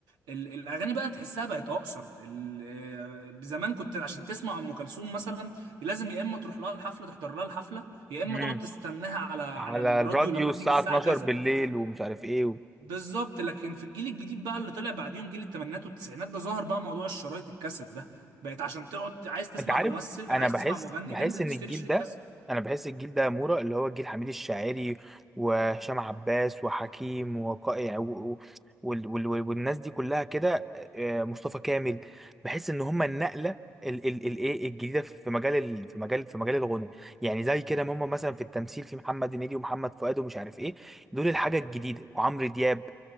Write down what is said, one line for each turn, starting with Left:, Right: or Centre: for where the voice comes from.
Right: ال- الاغاني بقى تحسها بقت اقصر ال- آه، زمان كنت عشان تسمع ام كلثوم مثلا لازم يا اما تروح لها الحفله تحضر لها الحفله يا اما
Centre: مم.
Right: تقعد تستناها على على
Centre: على
Right: الراديو
Centre: الراديو
Right: لما
Centre: الساعة
Right: تيجي الساعه
Centre: 12
Right: كذا
Centre: بالليل ومش عارف ايه و...
Right: بالظبط لكن في الجيل الجديد بقى اللي طلع بعديهم جيل الثمانينات والتسعينات ده ظهر بقى موضوع الشرايط الكاسيت ده بقت عشان تقعد عايز تسمع
Centre: انت عارف
Right: ممثل
Centre: انا
Right: عايز
Centre: بحس
Right: تسمع مغني
Centre: بحس
Right: تنزل
Centre: ان
Right: تشتري
Centre: الجيل
Right: شريط
Centre: ده
Right: كاسيت
Centre: انا بحس الجيل ده يا مورا اللي هو جيل حميد الشاعري وهشام عباس وحكيم وقائع و... و... وال... وال... وال- والناس دي كلها كده آه، مصطفى كامل بحس ان هم النقله ال... ال... ال... ايه الجديده في في مجال ال... في مجال في مجال الغنى يعني زي كده ما هم مثلا في التمثيل في محمد هنيدي ومحمد فؤاد ومش عارف ايه دول الحاجه الجديده وعمرو دياب